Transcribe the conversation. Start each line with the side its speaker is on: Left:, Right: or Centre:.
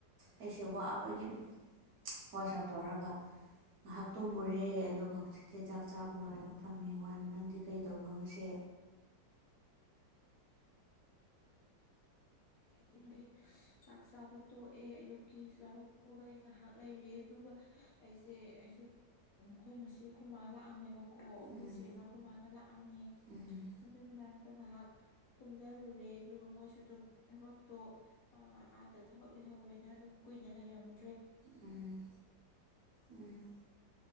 Right: ꯑꯩꯁꯦ ꯋꯥꯕꯒꯤ ꯋꯥꯁꯦꯞ ꯇꯧꯔꯒ ꯉꯥꯏꯍꯥꯛꯇꯣ ꯃꯨꯔꯦ ꯑꯗꯨꯒ ꯍꯧꯖꯤꯛꯇꯤ ꯆꯥꯛ ꯆꯥꯕ ꯂꯣꯏꯔꯒ ꯐꯝꯃꯦ ꯋꯥꯅ ꯅꯪꯗꯤ ꯀꯩꯗꯧꯕ꯭ꯔꯣ ꯉꯁꯦ
Left: ꯑꯩꯗꯤ ꯉꯥꯏꯍ ꯆꯥꯛ ꯆꯥꯕ ꯇꯣꯛꯑꯦ ꯑꯌꯨꯛꯀꯤ ꯆꯥꯕ ꯇꯣꯛꯑꯒ ꯑꯩ ꯉꯥꯏꯍꯥꯛ ꯂꯩꯔꯦ ꯑꯗꯨꯒ ꯑꯩꯁꯦ ꯑꯩꯁꯨ ꯑꯩꯈꯣꯏ ꯉꯁꯤ ꯑꯩꯈꯣꯏ ꯃꯥ ꯂꯥꯛꯑꯝꯃꯦꯕꯀꯣ ꯑꯩꯈꯣꯏꯁꯦ
Right: ꯎꯝ
Left: ꯃꯒꯂ ꯑꯃꯝ
Right: ꯎꯝ
Left: ꯑꯗꯨꯏ ꯃꯅꯥꯛꯇ ꯉꯥꯏꯍꯥꯛ ꯀꯨꯝꯊꯔꯨꯔꯦ ꯑꯗꯨꯒ ꯃꯣꯏꯁꯨ ꯑꯗꯨꯝ ꯊꯕꯛꯇꯣ ꯑꯥꯗ ꯊꯕꯛ ꯂꯩꯍꯧꯋꯦꯅ ꯑꯗꯨꯝ ꯀꯨꯏꯅ ꯂꯩꯔꯝꯃꯦ
Right: ꯎꯝ ꯎꯝ